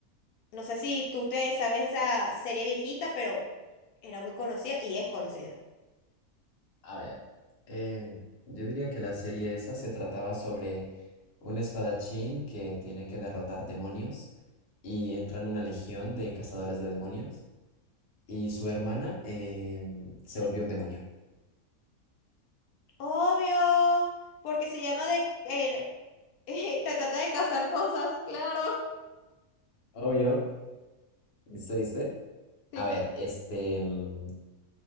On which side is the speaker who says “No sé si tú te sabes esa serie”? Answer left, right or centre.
Left